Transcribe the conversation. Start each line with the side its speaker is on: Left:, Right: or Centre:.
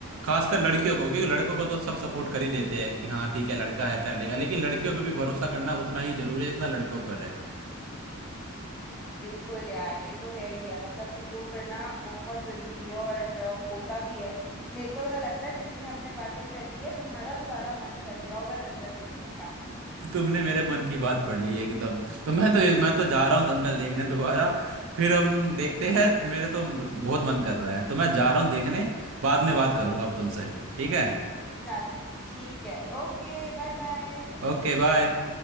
Right: खासकर लड़कियों को क्योंकि लड़कों को तो सब सपोर्ट कर ही देते हैं कि हाँ ठीक है लड़का है कर लेगा लेकिन लड़कियों पर भी भरोसा करना उतना ही जरूरी है जितना लड़कों पर है
Centre: बिल्कुल यार ये तो है ही है मतलब सपोर्ट करना बहुत जरूरी है और अ, होता भी है मेरे को तो लगता है जितनी हमने बातें कर ली है तुम्हारा दोबारा मन कर गया होगा दंगल देखने का
Right: तुमने मेरे मन की बात पढ़ ली एकदम तो मैं तो मैं तो जा रहा हूँ दंगल देखने दोबारा फिर हम देखते हैं मेरे तो बहुत मन कर रहा है तो मैं जा रहा हूँ देखने बाद में बात करूंगा अब तुमसे ठीक है
Centre: चलो ठीक है ओके बाय बाय
Right: ओके बाय